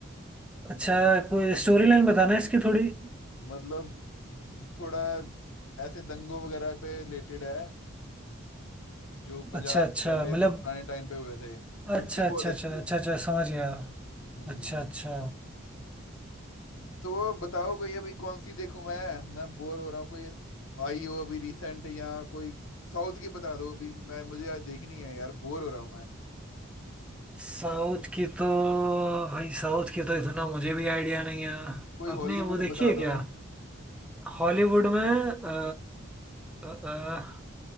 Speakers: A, in the centre; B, on the left (about 80°).
A: अच्छा
B: लेकिन
A: कोई स्टोरी लाइन बताना है इसकी थोड़ी
B: मतलब थोड़ा ऐसे दंगों वगैरह पे रिलेटेड है जो पंजाब
A: अच्छा अच्छा
B: पहले
A: मतलब
B: पुराने टाइम पे हुए थे तो मूवी
A: अच्छा अच्छा
B: बहुत
A: अच्छा
B: अच्छी
A: अच्छा
B: है
A: अच्छा समझ गया
B: हम्म
A: अच्छा अच्छा
B: तो बताओ कोई अभी कौन सी देखूं मैं मैं बोर हो रहा हूँ कोई आई हो अभी रिसेंट या कोई साउथ की बता दो अभी मैं मुझे यार देखनी है यार बोर हो रहा हूँ मैं
A: साउथ की तो भाई साउथ की तो इतना मुझे भी आइडिया नहीं है
B: कोई
A: आपने
B: हॉलीवुड
A: वो देखी
B: बता
A: है क्या
B: दो
A: हॉलीवुड में अ, अ, अ,